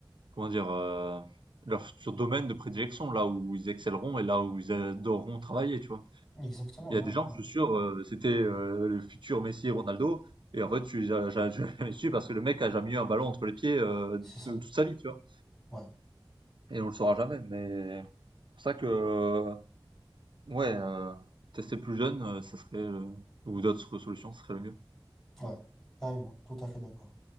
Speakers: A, on the right; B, in the centre.
A: comment dire, euh, leur futur domaine de prédilection, là où ils excelleront et là où ils adoreront travailler, tu vois.
B: Exactement,
A: Il y
B: ouais,
A: a des gens,
B: ouais,
A: je suis sûr, euh, c'était euh, les futurs Messi et Ronaldo, et en fait, tu les as <laughs> ja- jamais su parce que le mec a jamais eu un ballon entre les pieds euh,
B: c'est ça.
A: de, de toute sa vie, tu vois.
B: Ouais,
A: Et on le saura jamais, mais c'est pour ça que, euh, ouais, euh, tester plus jeune, euh, ça serait, le- ou d'autres solutions, ce serait le mieux.
B: ouais, carrément, tout à fait d'accord.